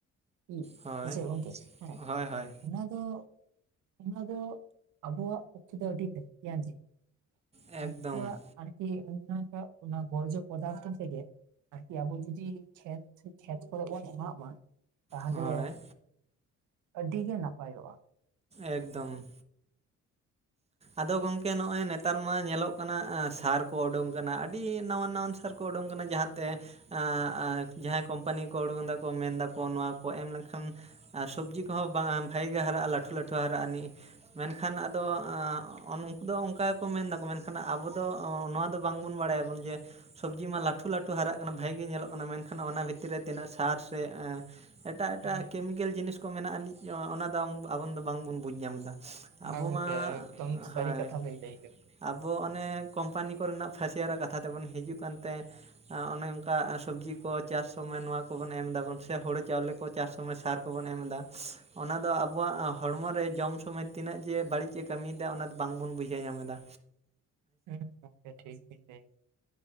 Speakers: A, on the right; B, on the right.
A: ᱤ
B: ᱦᱳᱭ
A: ᱦᱮᱸᱥᱮ ᱜᱚᱝᱠᱮ ᱦᱮᱸ
B: ᱦᱳᱭ ᱦᱳᱭ
A: ᱚᱱᱟ ᱫᱚᱻᱼᱼ ᱚᱱᱟ ᱫᱚ ᱟᱵᱚ ᱣᱟᱜ ᱯᱚᱠᱷᱮ ᱫᱚ <unintelligible>
B: ᱮᱠᱫᱚᱢ
A: ᱩᱱᱠᱩᱣᱟᱜ ᱟᱨᱠᱤ ᱚᱱᱟᱴᱟᱜ ᱚᱱᱟ ᱵᱚᱨᱡᱚ ᱯᱚᱫᱟᱨᱛᱷᱚ ᱛᱷᱮᱜᱮᱼᱼ ᱟᱨᱠᱤ ᱟᱵᱚ ᱡᱩᱫᱤ ᱠᱷᱮᱛ ᱠᱷᱮᱛ ᱠᱚᱨᱮ ᱵᱚᱱ ᱮᱢᱟᱜ ᱢᱟ, ᱛᱟᱦᱮᱞᱮᱼᱼ
B: ᱦᱳᱭ
A: ᱟᱹᱰᱤ ᱜᱮ ᱱᱟᱯᱟᱭᱚᱜ-ᱟ᱾
B: ᱮᱠᱫᱚᱢ ᱾ ᱟᱫᱚ ᱜᱚᱝᱠᱮ ᱱᱚᱜᱼᱚᱭ ᱱᱮᱛᱟᱨ ᱢᱟ ᱧᱮᱞᱚᱜ ᱠᱟᱱᱟ, ᱟᱸ ᱥᱟᱨ ᱠᱚ ᱚᱰᱳᱝ ᱠᱟᱱᱟ ᱟᱹᱰᱤ ᱱᱟᱣᱟᱱ ᱱᱟᱣᱟᱱ ᱥᱟᱨᱼᱼ ᱠᱚ ᱩᱰᱩᱝ ᱠᱟᱱᱟ ᱡᱟᱦᱟᱸ ᱛᱮᱼᱼ ᱟᱸ ᱟᱸ ᱡᱟᱦᱟᱸ ᱠᱳᱢᱯᱟᱱᱤ ᱠᱚ ᱩᱰᱩᱠ ᱫᱟᱠᱚ, ᱢᱮᱱ ᱫᱟᱠᱚ ᱱᱚᱣᱟ ᱠᱚ ᱮᱢ ᱞᱮᱠᱷᱟᱱ ᱼᱼ ᱟᱨ ᱥᱚᱵᱽᱡᱤ ᱠᱚᱦᱚᱸ ᱵᱟᱝ ᱵᱷᱟᱜᱤ ᱜᱮ ᱦᱟᱨᱟᱜ-ᱟ, ᱞᱟᱹᱴᱷᱩ ᱞᱟᱹᱴᱷᱩ ᱦᱟᱨᱟᱜ-ᱟ ᱱᱤᱜ, ᱢᱮᱱᱠᱷᱟᱱ ᱟᱫᱚ ᱟᱸᱼᱼ ᱩᱱ ᱚᱱᱠᱚ ᱫᱚ ᱚᱱᱠᱟ ᱜᱮᱠᱚ ᱢᱮᱱᱫᱟᱠᱚ, ᱢᱮᱱᱠᱷᱟᱱ ᱟᱵᱚ ᱫᱚ ᱱᱚᱣᱟ ᱫᱚ ᱵᱟᱝ ᱵᱚᱱ ᱵᱟᱲᱟᱭᱟ ᱵᱚᱱ ᱡᱮᱼᱼ ᱥᱚᱵᱽᱡᱤ ᱢᱟ ᱞᱟᱹᱴᱷᱩ ᱞᱟᱹᱴᱷᱩ ᱦᱟᱨᱟᱜ ᱠᱟᱱᱟ ᱵᱷᱟᱜᱤ ᱜᱮ ᱧᱮᱞᱚᱜ ᱠᱟᱱᱟ, ᱢᱮᱱᱠᱷᱟᱱ ᱚᱱᱟ ᱵᱷᱤᱛᱤᱨ ᱨᱮ ᱛᱤᱱᱟᱹᱜ ᱥᱟᱨ ᱥᱮ ᱮᱸᱼᱼ ᱮᱴᱟᱜ ᱮᱴᱟᱜ
A: ᱦᱮᱸ
B: ᱠᱮᱢᱤᱠᱮᱞ ᱡᱤᱱᱤᱥ ᱠᱚ ᱢᱮᱱᱟᱜᱟ ᱟᱹᱱᱤᱡ, ᱚᱱᱟᱫᱚᱝ ᱟᱵᱚᱱ ᱫᱚ ᱵᱟᱝᱵᱚᱱ ᱵᱩᱡᱽ ᱧᱟᱢ ᱫᱟ᱾ ᱟᱵᱚ
A: ᱜᱚᱝᱠᱮ
B: ᱢᱟ
A: ᱮᱠᱫᱚᱢ ᱥᱟᱹᱨᱤ
B: ᱦᱚᱭ
A: ᱠᱟᱛᱷᱟ
B: ᱾
A: ᱵᱤᱱ ᱞᱟᱹᱭ ᱠᱮᱫᱟ
B: ᱟᱵᱚ ᱚᱱᱮ ᱠᱳᱢᱯᱟᱱᱤ ᱠᱚᱨᱮᱱᱟᱜ ᱯᱷᱟᱹᱥᱤᱭᱟᱨᱟᱜ ᱠᱟᱛᱷᱟ ᱛᱮ ᱵᱚᱱ ᱦᱤᱡᱩᱜ ᱠᱟᱱᱛᱮᱼᱼ ᱚᱱᱮ ᱚᱱᱠᱟ ᱥᱚᱵᱽᱡᱤ ᱠᱚ ᱪᱟᱥ ᱥᱚᱢᱚᱭ ᱱᱚᱣᱟ ᱠᱚᱵᱚᱱ ᱮᱢ ᱫᱟ ᱵᱚᱱ, ᱥᱮ ᱦᱳᱲᱳ ᱪᱟᱣᱞᱮ ᱠᱚ ᱪᱟᱥ ᱥᱚᱢᱚᱭ ᱥᱟᱨᱼᱼ ᱠᱚᱵᱚᱱ ᱮᱢ ᱫᱟ, ᱚᱱᱟ ᱫᱚ ᱟᱵᱚᱣᱟᱜ ᱦᱚᱲᱢᱚ ᱨᱮ ᱡᱚᱢ ᱥᱚᱢᱚᱭ ᱛᱤᱱᱟᱹᱜ ᱡᱮ ᱵᱟᱹᱲᱤᱡᱮ ᱠᱟᱹᱢᱤᱫᱼᱼ ᱚᱱᱟ ᱫᱚ, ᱵᱟᱝᱵᱚᱱ ᱵᱩᱡᱷᱟᱹᱣ ᱧᱟᱢ ᱫᱟ᱾
A: ᱦᱮᱸ ᱜᱚᱝᱠᱮ ᱴᱷᱤᱠ ᱵᱤᱢ ᱞᱟᱹᱭ᱾